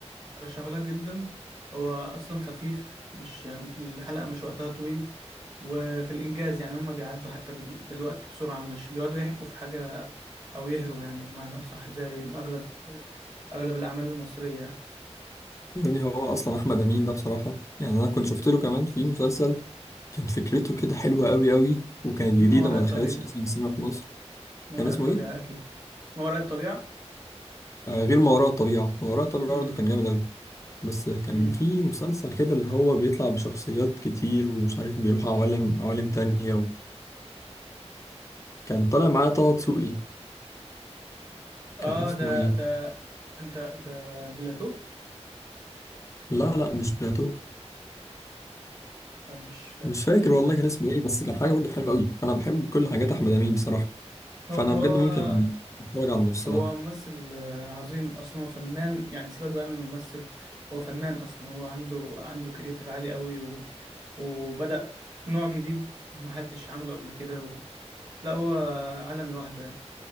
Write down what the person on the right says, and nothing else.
أرشحهولك جدا هو أصلا خفيف مش الحلقة مش وقتها طويل وفي الإنجاز يعني هما بيعدوا حتى بال- بالوقت بسرعة مش بيقعدوا يحكوا في حاجة أو يهروا يعني بمعنى أصح زي أغلب أغلب الأعمال المصرية يعني
أكيد
ما وراء
الطبيعة
ما
وراء
الطبيعة
أكيد ما وراء الطبيعة
امم
امم
آه
ده
ده أنت ده البلاتو
آه، مش فاكر
بصراحة
هو هو
هو
ممثل آه، عظيم اصلا هو فنان يعني سيبك بقى من الممثل هو فنان اصلا هو عنده عنده كرياتيف عالي قوي و... وبدأ نوع جديد محدش عمله قبل كده و... لا هو عالم لوحده يعني